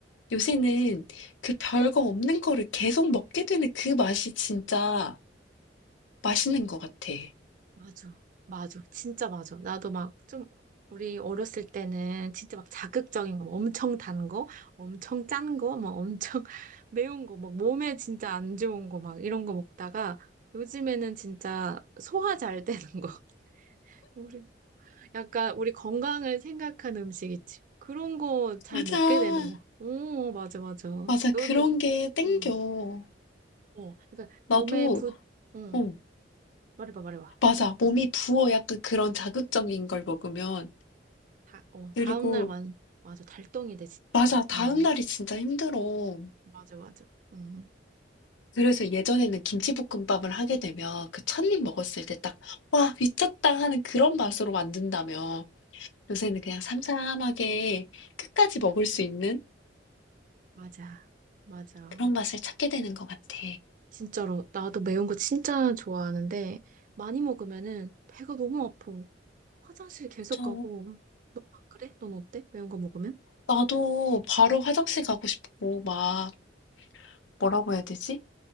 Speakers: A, on the left; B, on the right.
A: 요새는 그 별거 없는 거를 계속 먹게 되는 그 맛이 진짜 맛있는 것 같아.
B: 맞아. 맞아. 진짜 맞아. 나도 막 좀, 우리 어렸을 때는 진짜 막 자극적인 거, 막 엄청 단 거, 엄청 짠 거, 막 엄청 <laughs> 매운 거, 막 몸에 진짜 안 좋은 거, 막 이런 거 먹다가 요즘에는 진짜 소화 잘 되는 거. <laughs> 우리 약간 우리 건강을 생각한 음식 있지. 그런 거 잘
A: 맞아.
B: 먹게 되는 거. 오, 맞아, 맞아.
A: 맞아.
B: 너는,
A: 그런 게 땡겨.
B: 응. 어, 그러니까
A: 나도,
B: 몸에 붓, 응.
A: 어,
B: 말해봐, 말해봐.
A: 맞아. 몸이 부어 약간 그런 자극적인 걸 먹으면.
B: 다, 어,
A: 그리고,
B: 다음날 완, 맞아. 달덩이 돼, 진짜.
A: 맞아. 다음날이
B: 어,
A: 진짜 힘들어.
B: 맞아, 맞아. 응.
A: 그래서 예전에는 김치볶음밥을 하게 되면 그 첫입 먹었을 때 딱, 와, 미쳤다 하는 그런 맛으로 만든다면 요새는 그냥 삼삼하게 끝까지 먹을 수 있는
B: 맞아, 맞아.
A: 그런 맛을 찾게 되는 것 같아.
B: 진짜로. 나도 매운 거 진짜 좋아하는데, 많이 먹으면은 배가 너무 아파. 화장실 계속
A: 저
B: 가고. 넌 안 그래? 넌 어때? 매운 거 먹으면?
A: 나도 바로 화장실 가고 싶고 막 뭐라고 해야 되지?